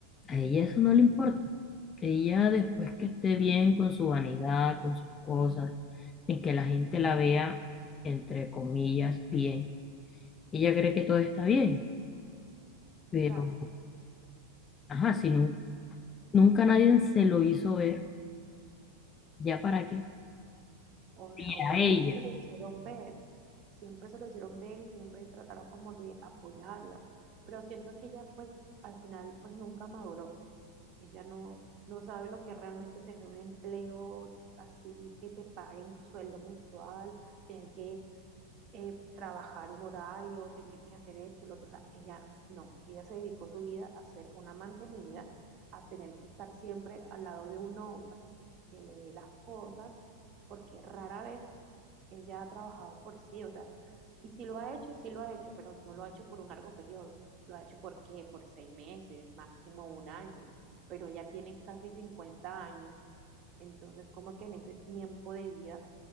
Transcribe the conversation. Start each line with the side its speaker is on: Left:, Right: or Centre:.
Left: A ella eso no le importa. Ella después que esté bien con su vanidad, con sus cosas, en que la gente la vea, entre comillas, bien. Ella cree que todo está bien, pero,
Right: Exacto.
Left: ajá, si nu- nunca nadie se lo hizo ver, ¿ya para qué?
Right: O sea,
Left: Y
Right: obviamente
Left: a ella,
Right: se lo hicieron ver, siempre se lo hicieron ver y siempre trataron como de apoyarla, pero siento que ella pues al final pues nunca maduró. Ella no, no sabe lo que es realmente tener un empleo así que te paguen tu sueldo mensual, tener que eh, trabajar un horario, tener que hacer esto, lo otro. O sea, ella no, ella se dedicó su vida a ser una mantenida, a tener que estar siempre al lado de un hombre que le dé las cosas, porque rara vez ella ha trabajado por sí, o sea, y si lo ha hecho, sí lo ha hecho, pero no lo ha hecho por un largo periodo, lo ha hecho por qué, por seis meses, máximo un año, pero ella tiene casi 50 años, entonces como que en ese tiempo de vida